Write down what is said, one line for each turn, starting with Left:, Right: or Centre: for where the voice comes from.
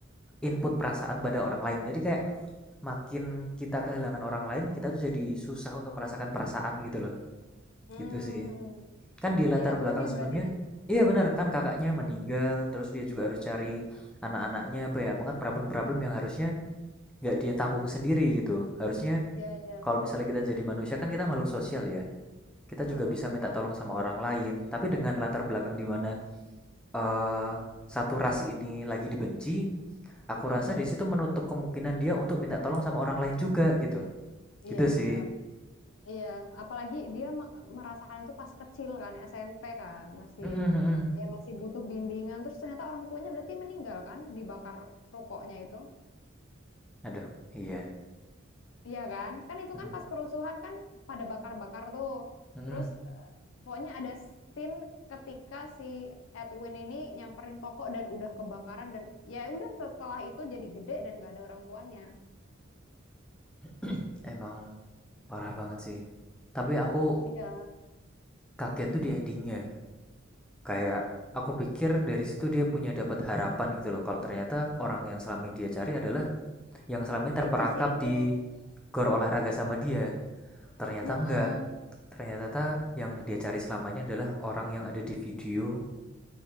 Centre: input perasaan pada orang lain. Jadi kayak makin kita kehilangan orang lain, kita tuh jadi susah untuk merasakan perasaan gitu loh.
Left: Hmm,
Centre: Gitu sih. kan di latar
Left: si Edwin-nya
Centre: belakang sebelumnya
Left: berarti nih.
Centre: iya benar kan kakaknya meninggal terus dia juga
Left: Hmm,
Centre: harus cari anak-anaknya banyak banget problem-problem yang harusnya nggak dia tanggung sendiri gitu harusnya
Left: iya, iya.
Centre: kalau misalnya kita jadi manusia kan kita makhluk sosial ya kita juga
Left: Heeh.
Centre: bisa minta tolong sama orang lain tapi dengan latar belakang di mana eh, satu ras ini lagi dibenci aku
Left: Heeh.
Centre: rasa di situ menutup kemungkinan dia untuk minta tolong sama orang lain juga gitu gitu
Left: Iya,
Centre: sih
Left: benar. Iya, apalagi dia me- merasakan itu pas kecil kan, SMP kan, masih
Centre: mm mm-mm.
Left: ya masih butuh bimbingan. Terus ternyata orang tuanya berarti meninggal kan, dibakar rokoknya itu.
Centre: aduh iya
Left: Iya kan? Kan itu
Centre: Mm-mm,
Left: kan pas kerusuhan kan pada bakar-bakar tuh.
Centre: mm-mm.
Left: Terus eh, pokoknya ada scene ketika si Edwin ini nyamperin toko dan udah kebakaran dan ya udah setelah itu jadi gede dan gak ada orang tuanya.
Centre: <clears throat> emang Parah banget sih. Tapi aku
Left: Iya,
Centre: kaget tuh di endingnya. Kayak aku pikir dari situ dia punya dapat harapan gitu loh. Kalau ternyata orang yang selama ini dia cari adalah yang selama ini terperangkap
Left: itu sih itu.
Centre: di gor olahraga sama dia. Ternyata
Left: Heeh,
Centre: enggak. Ternyata yang dia cari selamanya adalah orang yang ada di video